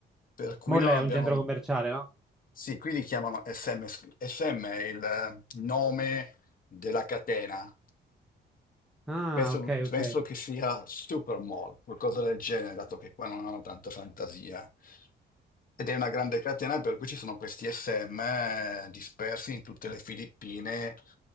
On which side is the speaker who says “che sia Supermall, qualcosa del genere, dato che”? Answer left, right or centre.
Left